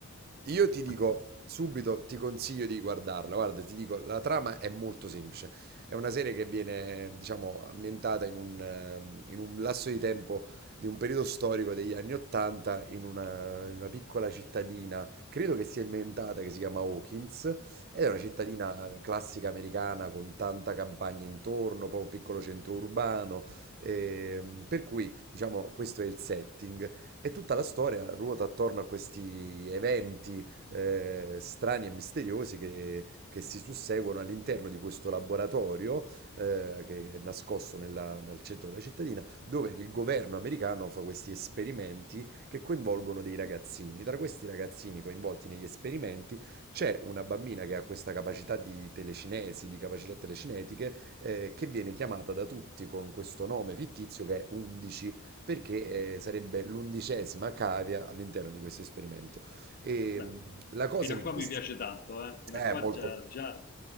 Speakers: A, on the left; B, on the right.
A: <laughs>
B: Io ti dico subito, ti consiglio di guardarla. Guarda, ti dico, la trama è molto semplice. È una serie che viene, diciamo, ambientata in un, ehm, in un lasso di tempo di un periodo storico degli anni Ottanta in una, in una piccola cittadina, credo che sia inventata, che si chiama Hawkins, ed è una cittadina eh, classica americana con tanta campagna intorno, poi un piccolo centro urbano, ehm, per cui, diciamo, questo è il setting. E tutta la storia ruota attorno a questi eventi eh, strani e misteriosi che, che si susseguono all'interno di questo laboratorio eh, che è nascosto nella- nel centro della cittadina, dove il governo americano fa questi esperimenti che coinvolgono dei ragazzini. Tra questi ragazzini coinvolti negli esperimenti c'è una bambina che ha questa capacità di telecinesi, di capacità telecinetiche, eh, che viene chiamata da tutti con questo nome fittizio che è 11 perché eh, sarebbe l'undicesima cavia all'interno di questo esperimento. E
A: Beh,
B: mh, la cosa
A: fino
B: interessante
A: a qua mi piace tanto, eh? Fino
B: è
A: a qua
B: molto...
A: già, già